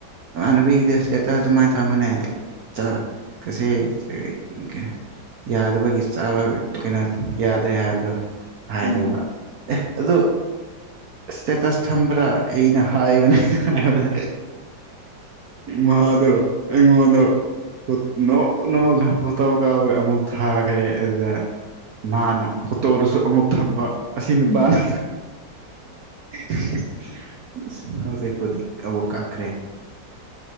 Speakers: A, on the right; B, on the left.
A: ꯏꯃꯥꯅꯕꯤꯒꯤꯗꯤ ꯏꯁꯇꯦꯇꯁ ꯑꯗꯨꯃꯥꯏꯅ ꯊꯝꯕꯅꯦ‌ ꯖꯠ꯫ ꯀꯁꯦ ꯫ ꯌꯥꯗꯕꯒꯤ ꯆꯥꯕ ꯀꯩꯅꯣ ꯌꯥꯗ꯭ꯔꯦ ꯍꯥꯏꯕꯗꯨ ꯍꯥꯏꯗꯧꯕ꯫
B: ꯎꯝ
A: ꯑꯦ ꯑꯗꯨ ꯏꯁꯇꯦꯇꯁ ꯊꯝꯕ꯭ꯔꯥ ꯑꯩꯅ ꯍꯥꯏꯕꯅꯦ ꯍꯥꯏꯕꯗ ꯃꯥꯗꯣ ꯑꯩꯉꯣꯟꯗ ꯅꯣꯛ ꯅꯣꯛ ꯑꯒ ꯐꯣꯇꯣ ꯀꯥꯞꯕꯒ ꯑꯃꯨꯛ ꯊꯥꯈ꯭ꯔꯦ ꯑꯗꯨꯗ ꯃꯥꯅ ꯐꯣꯇꯣꯗꯨꯁꯨ ꯑꯃꯨꯛ ꯊꯝꯕ ꯑꯁꯤ ꯅꯨꯄꯥꯅꯤ
B: ꯎꯝ ꯎꯝ
A: <unintelligible> ꯍꯧꯖꯤꯛꯄꯨꯗꯤ ꯑꯃꯨꯛ ꯀꯛꯈ꯭ꯔꯦ